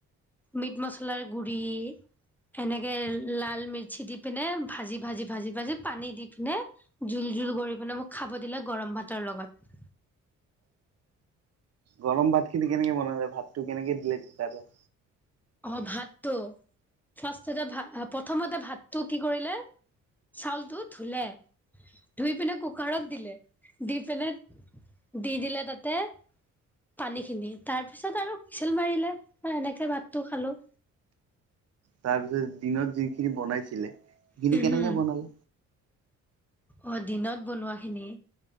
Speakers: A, in the centre; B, on the right (about 55°).
A: মিট মচলাৰ গু়ৰি। এনেকে লাল মিৰ্চি দি পিনে ভাজি ভাজি ভাজি ভাজি পানী দি পিনে- জোল জোল কৰি পিনে মোক খাব দিলে গৰম ভাতৰ লগত।
B: গৰম ভাত খিনি কেনেকে বনালে, ভাতটো কেনেকে দিলে কুকাৰত?
A: অঁ' ভাতটো? ফাষ্টতে ভাত প্ৰথমতে ভাতটো কি কৰিলে চাউলটো ধুলে- ধুই পিনে কুকাৰত দিলে, দি পিনে দি দিলে তাতে- পানী খিনি, তাৰ পিছত আৰু হুইচেল মাৰিলে এনেকে ভাতটো খালো।
B: তাৰ পিছত দিনত যিখিনি বনাইছিলে, সেইখিনি কেনেকে
A: উম,
B: বনালে?
A: অ' দিনত বনোৱা খিনি।